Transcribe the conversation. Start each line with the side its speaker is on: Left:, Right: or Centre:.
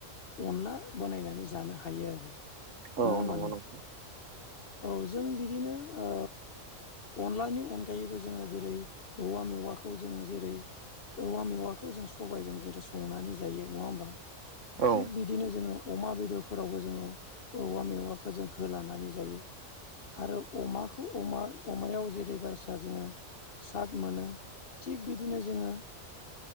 Left: अनला बानायनानै जानो हायो आरो। नङा
Right: औ
Left: होमबा
Right: नंगौ नोंथां।
Left: औ जों बिदिनो ओ अनलानि अनगायैबो जोङो जेरै औवा मेवा खौ जों जेरै औवा मेवाखो जों सबाइजों जेरै संनानै जायो नङा होमबा?
Right: औ
Left: थिग बिदिनो जोङो अमा बे दरफोरावबो जोङो औवा मेवाखौ जों होलानानै जायो। आरो अमाखौ अमा अमायाव जेरै बारसा जोङो साद मोनो। थिग बिदिनो जोङो।